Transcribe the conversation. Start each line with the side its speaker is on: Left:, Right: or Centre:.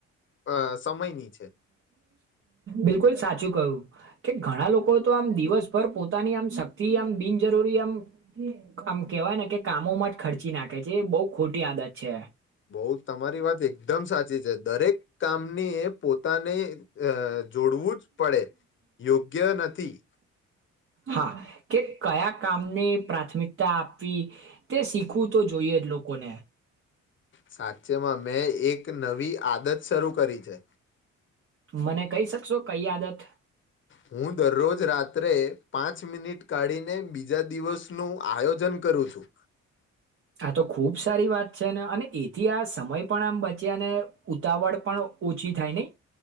Left: અ સમયની છે
Right: બિલકુલ સાચું કહ્યું. કે ઘણા લોકો તો આમ દિવસભર પોતાની આમ શક્તિ આમ બિનજરૂરી આમ આમ કેવાય ને કે કામોમાં જ ખર્ચી નાખે છે એ બહું ખોટી આદત છે.
Left: બઉ તમારી વાત એકદમ સાચી છે દરે એક કામની એ પોતે તા ને અ જોડવું જ પડે યોગ્ય નથી.
Right: હા કે કયા કામને પ્રાથમિકતા આપવી તે શીખવું તો જોઈએ જ લોકોને.
Left: સાચે માં મેં એક નવી આદત શરૂ કરી છે.
Right: મને કહી શકશો કઈ આદત.
Left: હું દરરોજ રાત્રે પાંચ મિનિટ કાઢીને બીજા દિવસનું આયોજન કરું છું.
Right: આ તો ખુબ સારી વાત છે ને અને એથી આ સમય પણ આમ બચે અને ઉતાવળ પણ ઓછી થાય નઈ.